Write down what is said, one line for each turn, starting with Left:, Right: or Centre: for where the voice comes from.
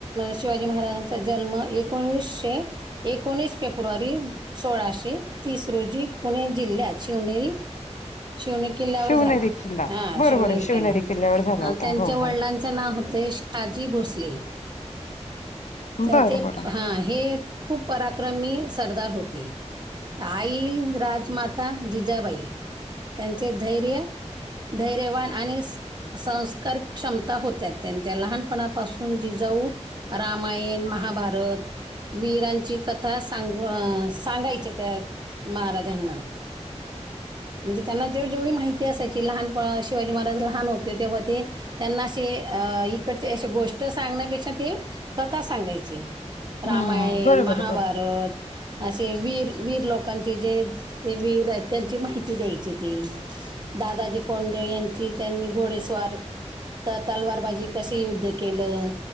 Right: शिवाजी महाराजांचा जन्म एकोणीसशे एकोणीस फेब्रुवारी सोळाशे तीस रोजी पुणे जिल्ह्यात शिवनेरी शिवणी किल्ल्यावर
Left: शिवनेरी
Right: झाला
Left: किल्ला
Right: हा
Left: बरोबर
Right: शिवनेर
Left: आहे शिवनेरी
Right: किला
Left: किल्ल्यावर झाला होता
Right: त्यांच्या
Left: हो
Right: वडलां
Left: हो.
Right: नाव होते शाजी भोसले. त्या
Left: बरं
Right: ते
Left: बरं
Right: हा हे खूप पराक्रमी सरदार होते. आई राजमाता जिजाबाई त्यांचे धैर्य धैर्यवान आणि संस्कार क्षमता होत्या त्यांच्या लहानपणापासून जिजाऊ रामयण, महाभारत वीरांची कथा सांग सांगायचे त्या, महाराजांना. म्हणजे त्यांना जेव्हा जेवढी माहिती असायची लहान प शिवाजी महाराज लहान होते तेव्हा ते त्यांना असे अ इकडचे अ गोष्ट सांगण्यापेक्षा ते कथा सांगायचे. रामायण,
Left: हं हं. बरोबर
Right: महाभारत
Left: आहे बरोबर.
Right: असे वीर वीर लोकांचे जे ते वीर त्यांयांची माहिती द्यायची ती दादाजी कोंडे यांची त्यांनी घोडेस्वार तर तलवारबाजी कशी युद्ध केलं!